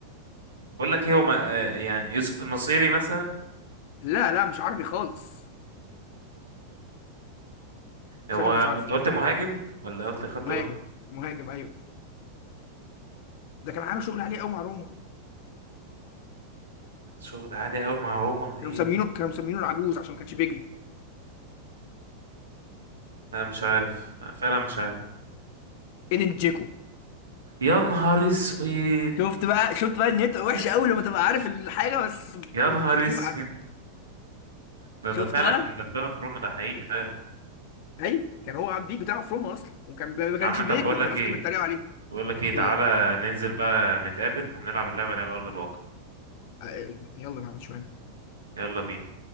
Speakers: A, on the right; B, on the left.
A: بقول لك ايه هو ما- أه يعني يوسف النصيري مثلا
B: لا لا مش عربي خالص
A: هو
B: شكلك
A: انت
B: مش عارفه
A: قلت مهاجم ولا قلت خط
B: مهاجم
A: وسط
B: مهاجم ايوه ده كان عامل شغل عليه قوي مع روما
A: شغل عالي قوي مع روما ايه
B: كانوا مسمينه كانوا مسمينه العجوز عشان ما كانش بيجري
A: لا مش عارف لا، فعلا مش عارف
B: ايدن جيكو
A: يا نهار اسود
B: شفت بقى شفت بقى ان انت وحشه
A: <laughs>
B: قوي لما تبقى عارف الحاجه بس
A: يا
B: بتغيب
A: نهار اسود
B: عنك
A: ده
B: شفت
A: ده فعلا
B: بقى
A: كان دبابة في روما ده حقيقي فعلا
B: ايوه كان هو عبد البيك بتاعه في روما اصلا وكان ما
A: يا
B: كانش
A: عم طب
B: بيجري
A: بقول لك
B: فالناس
A: ايه
B: كانت بتتريق عليه
A: بقول لك ايه تعالى
B: ايه يا معلم
A: ننزل بقى نتقابل ونلعب اللعبة دي على أرض الواقع
B: آه، يلا ما عنديش مانع
A: يلا بينا